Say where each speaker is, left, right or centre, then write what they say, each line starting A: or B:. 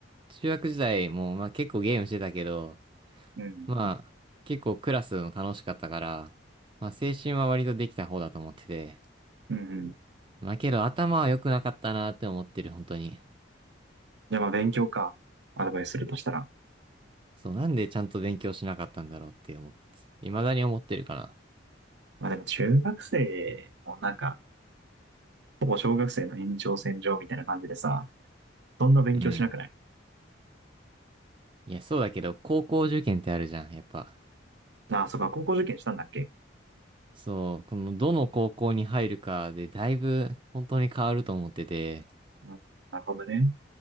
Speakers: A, on the right; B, on the right.
A: 中学時代も、まあ、結構ゲームしてたけど、
B: うん。
A: まあ、結構クラスも楽しかったから、まあ、青春は割とできた方だと思ってて、
B: うんうん。
A: まあけど頭は良くなかったなって思ってる、本当に。
B: じゃあまあ、勉強か。アドバイスするとしたら。
A: そう、なんでちゃんと勉強しなかったんだろうって思って、未だに思ってるかな。
B: まあでも、中学生もなんか、ほぼ小学生の延長線上みたいな感じでさ、そんな勉強しなくない
A: うん。いや、そうだけど、高校受験ってあるじゃん、やっぱ。
B: ああ、そうか、高校受験したんだっけ
A: そう、このどの高校に入るかでだいぶ本当に変わると思ってて、
B: うん。なるほどね。